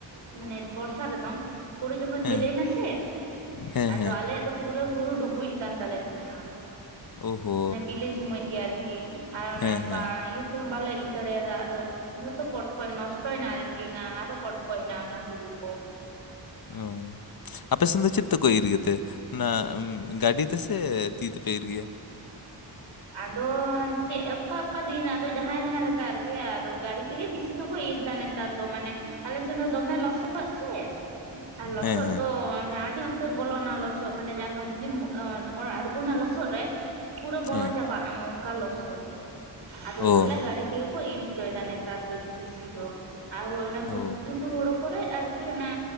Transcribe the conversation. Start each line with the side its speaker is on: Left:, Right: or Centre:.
Right: ᱢᱟᱱᱮ ᱵᱚᱨᱥᱟ ᱨᱮᱫᱚ ᱦᱩᱲᱩ ᱡᱚᱠᱷᱚᱱ
Left: ᱦᱮᱸ
Right: ᱵᱤᱞᱤᱭᱮᱱᱟᱥᱮ
Left: ᱦᱮᱸ
Right: ᱟᱫᱚ
Left: ᱦᱮᱸ
Right: ᱟᱞᱮᱭᱟᱜ ᱫᱚ ᱯᱩᱨᱟᱹ ᱦᱩᱲᱩ ᱰᱩᱵᱩᱡ ᱟᱠᱟᱱ ᱛᱟᱞᱮ ᱛᱟᱦᱮᱸᱼᱟ
Left: ᱳᱦᱳ
Right: ᱢᱟᱱᱮ ᱵᱤᱞᱤ ᱥᱚᱢᱚᱭ ᱜᱮ ᱟᱨᱠᱤ ᱟᱨ ᱚᱱᱮ
Left: ᱦᱮᱸ
Right: ᱚᱱᱠᱟ
Left: ᱦᱮᱸ
Right: ᱤᱭᱟᱹ ᱛᱮᱦᱚᱸ ᱵᱟᱞᱮ ᱤᱭᱟᱹ ᱫᱟᱲᱮᱭᱟᱫᱟᱜ ᱟᱫᱚ ᱡᱚᱛᱚ ᱯᱚᱴᱠᱚᱡ ᱱᱚᱥᱴᱚᱭᱮᱱᱟ ᱟᱨᱠᱤ ᱚᱱᱟ ᱟᱨᱦᱚᱸ ᱯᱚᱴᱠᱚᱡᱱᱟ ᱚᱱᱟ ᱦᱩᱲᱩ ᱠᱚ
Left: ᱚ ᱟᱯᱮ ᱥᱮᱱ ᱫᱚ ᱪᱮᱫ ᱛᱮᱠᱚ ᱤᱨ ᱜᱮᱛᱮ ᱚᱱᱟ ᱜᱟᱹᱰᱤ ᱛᱮᱥᱮ ᱛᱤ ᱛᱮᱯᱮ ᱤᱨ ᱜᱮᱭᱟ?
Right: ᱟᱫᱚ ᱪᱮᱫ ᱚᱱᱠᱟ ᱚᱠᱟ ᱫᱤᱱ ᱟᱫᱚ ᱡᱟᱦᱟᱸᱭ ᱡᱟᱦᱟᱸ ᱞᱮᱠᱟ ᱟᱨᱠᱤ ᱟᱫᱚ ᱜᱟᱹᱰᱤ ᱛᱮᱜᱮ ᱵᱤᱥᱤ ᱫᱚᱠᱚ ᱤᱨ ᱮᱫᱟ ᱱᱤᱛᱚᱜ ᱱᱮᱛᱟᱨ ᱫᱚ ᱢᱟᱱᱮ ᱟᱞᱮ ᱥᱮᱱ ᱫᱚ ᱫᱚᱢᱮ ᱞᱚᱥᱚᱫ ᱥᱮ ᱟᱨ ᱞᱚᱥᱚᱫ
Left: ᱦᱮᱸ ᱦᱮᱸ
Right: ᱫᱚ ᱢᱟᱱᱮ ᱟᱹᱰᱤ ᱩᱛᱼ ᱩᱛᱟᱹᱨ ᱵᱚᱞᱚᱱᱟ ᱞᱚᱥᱚᱫ ᱢᱟᱱᱮ ᱡᱩᱫᱤᱢ ᱟᱬᱜᱚᱱᱟ ᱞᱚᱥᱚᱫ ᱨᱮ ᱯᱩᱨᱟᱹ ᱵᱚᱞᱚ
Left: ᱦᱮᱸ
Right: ᱟᱢ ᱚᱱᱠᱟ ᱞᱚᱥᱚᱫ ᱟᱫᱚ
Left: ᱚ
Right: ᱛᱟᱦᱚᱞᱮ ᱜᱤ ᱛᱮᱜᱮ ᱠᱚ ᱤᱨ ᱦᱚᱪᱚᱭᱮᱫᱟ ᱱᱮᱛᱟᱨ ᱫᱚ ᱵᱮᱥᱤ ᱫᱚ ᱟᱨ ᱚᱱᱮ
Left: ᱚ
Right: ᱜᱷᱩᱴᱩ ᱦᱚᱲᱩ ᱠᱚ ᱠᱚᱨᱮ ᱟᱨᱠᱤ ᱚᱱᱟ